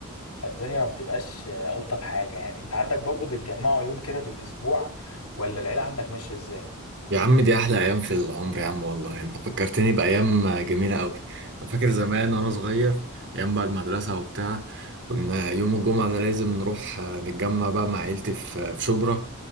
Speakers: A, on the left (about 85°); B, on the right (about 55°).
A: فالدنيا ما بتبقاش آه، الطف حاجة يعني انت عندك برضو بتجمعوا يوم كده في الاسبوع ولا العيلة عندك ماشية ازاي؟
B: يا عم دي أحلى أيام في العمر يا عم والله أنت فكرتني بأيام جميلة أوي أنا فاكر زمان وأنا صغير أيام بقى المدرسة وبتاع كنا يوم الجمعة ده لازم نروح آه، نتجمع بقى مع عيلتي في آه، في شبرا